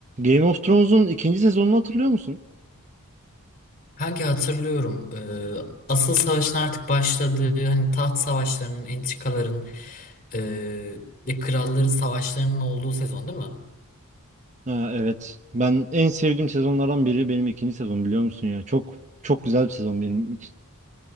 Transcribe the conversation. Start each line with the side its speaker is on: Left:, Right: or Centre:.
Right: Game of Thrones'un ikinci sezonunu hatırlıyor musun?
Left: Hangi hatırlıyorum. Ee, asıl savaşın artık başladığı hani taht savaşlarının, entrikaların e, ve kralların savaşlarının olduğu sezon değil mi?
Right: Ha, evet. Ben en sevdiğim sezonlardan biri benim ikinci sezon biliyor musun ya? Çok çok güzel bir sezon benim için.